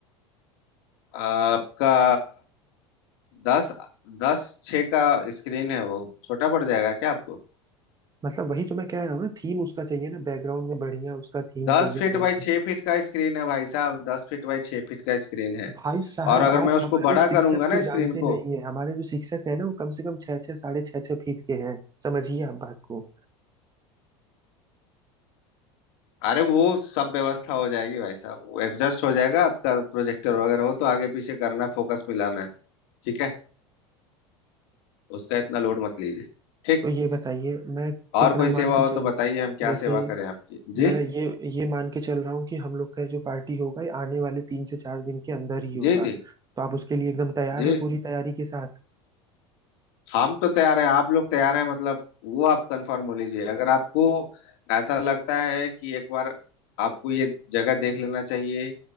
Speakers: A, on the left (about 60°); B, on the right (about 25°).
A: आपका दस दस छः का स्क्रीन है वो छोटा पड़ जाएगा क्या आपको
B: मतलब वही तो मैं कह रहा हूँ ना थीम उसका चाहिए ना बैकग्राउंड में बढ़िया उसका थीम
A: दस
B: चाहिए
A: फीट
B: वॉल
A: बाई छः फीट का स्क्रीन है भाई साहब दस फीट बाई छः फीट का स्क्रीन है
B: भाई साहब
A: और अगर
B: आप
A: मैं
B: हमारे
A: उसको बड़ा
B: शिक्षक
A: करूंगा
B: को
A: ना
B: जानते
A: स्क्रीन
B: नहीं
A: को
B: है हमारे जो शिक्षक है ना वो कम से कम छः छः साढ़े छः छः फीट के हैं समझिए आप बात को
A: अरे वो सब व्यवस्था हो जाएगी भाई साहब एडजस्ट हो जाएगा आपका प्रोजेक्टर वगैरह हो तो आगे पीछे करना फोकस मिलाना है ठीक है उसका इतना लोड मत लीजिए ठीक
B: तो ये बताइए मैं कितना
A: और कोई सेवा
B: मान के
A: हो
B: चलूं
A: तो बताइए हम क्या
B: जैसे
A: सेवा करें आपकी जी
B: मैं ये ये मान के चल रहा हूँ कि हम लोग का जो पार्टी होगा ये आने वाले तीन से चार दिन के अंदर ही होगा
A: जी जी
B: तो आप उसके लिए एकदम तैयार
A: जी
B: हैं पूरी तैयारी के साथ
A: हम तो तैयार हैं आप लोग तैयार हैं मतलब वो आप कंफर्म हो लीजिए अगर आपको ऐसा लगता है कि एक बार आपको ये जगह देख लेना चाहिए